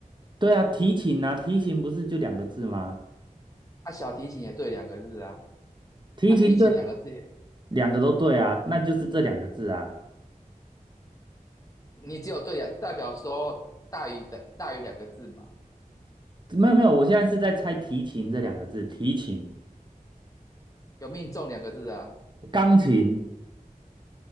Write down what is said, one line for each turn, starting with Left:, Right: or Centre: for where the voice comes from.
Right: 对啊，提琴啊，提琴不是就两个字吗？
Left: 啊，小提琴也对两个字啊，
Right: 提琴对，
Left: 啊，提琴两个字也，
Right: 两个都对啊，那就是这两个字啊。
Left: 你只有对两，代表说大于的大于两个字嘛，
Right: 没有没有，我现在是在猜提琴这两个字，提琴、
Left: 有命中两个字啊，
Right: 钢琴。